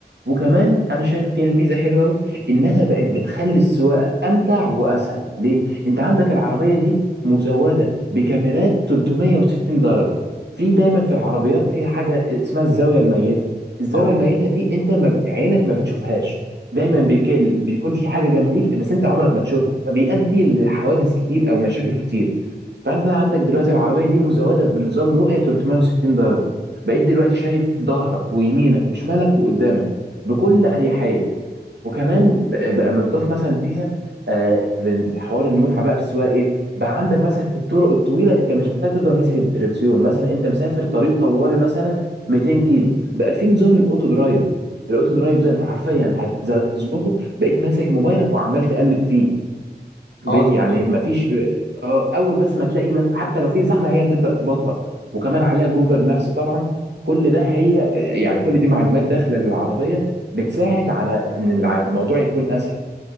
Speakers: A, on the right (about 80°); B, on the left (about 85°).
A: وكمان انا شايف فيها ميزه حلوه قوي انها بقت بتخلي السواقه امتع واسهل ليه انت عندك العربيه دي مزوده بكاميرات 360 درجه في دايما في العربيات في حاجه اسمها الزاويه الميته الزاويه
B: اه
A: الميته دي انت ما ب... عينك ما بتشوفهاش دايما بيك... بيكون في حاجه جنبيك بس انت عمرك ما تشوفها فبيؤدي لحوادث كتير او مشاكل كتير فانت عندك دلوقتي العربيه دي مزوده بنظام رؤيه 360 درجه بقيت دلوقتي شايف ظهرك ويمينك وشمالك وقدامك بكل اريحيه وكمان بقى بقى متضاف مثلا فيها آه، في حوار المتعه بقى في السواقه ايه بقى عندك مثلا في الطرق الطويله انت مش محتاج تفضل ماسك الدركسيون مثلا انت مسافر طريق طوالي مثلا 200 كيلو بقى في نظام الاوتو درايف الاوتو درايف ده انت حرفيا هتز- هتظبطه بقيت ماسك موبايلك وعمال تقلب فيه ب-
B: اه دي
A: يعني
B: حقيقة
A: ما فيش اه اول بس ما تلاقي مس... حتى لو في زحمه هي تبدا تبطأ وكمان عليها جوجل مابس طبعا كل ده هي يعني كل دي معلومات داخله للعربيه بتساعد على ان الع- الموضوع يكون اسهل